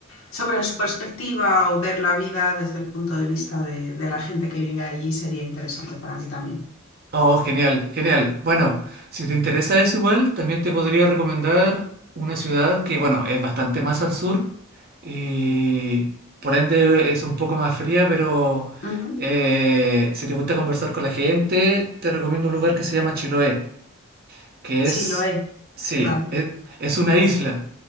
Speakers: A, on the left (about 60°); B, on the right (about 45°).
A: sobre su perspectiva o ver la vida desde el punto de vista de, de la gente que vive allí sería interesante para mí también.
B: Oh, genial, genial. Bueno, si te interesa eso igual, también te podría recomendar una ciudad que, bueno, es bastante más al sur y por ende es un poco más fría, pero
A: Ujú.
B: eh, si te gusta conversar con la gente, te recomiendo un lugar que se llama Chiloé que
A: Sí,
B: es,
A: lo he.
B: sí,
A: Vale.
B: es, es una isla.